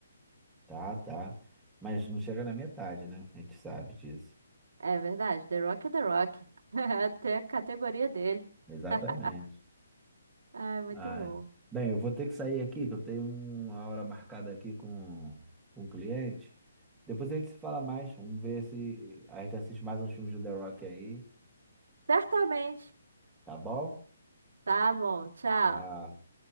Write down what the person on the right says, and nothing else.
É verdade. The Rock é The Rock. <laughs> Até a categoria dele.
<laughs> Ai, muito
bom.
Certamente.
Tá bom, tchau.